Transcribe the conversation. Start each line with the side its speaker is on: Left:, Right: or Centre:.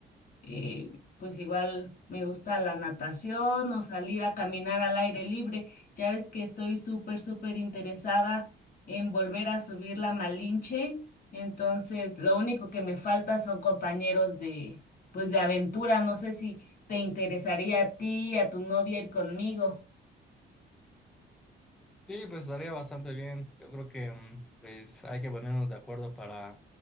Left: eh, pues igual me gusta la natación o salir a caminar al aire libre. Ya ves que estoy súper, súper interesada en volver a subir la Malinche. Entonces, lo único que me falta son compañeros de, pues, de aventura. No sé si te interesaría a ti, a tu novia ir conmigo.
Centre: Sí, pues estaría bastante bien. Yo creo que mm, pues hay que ponernos de acuerdo para,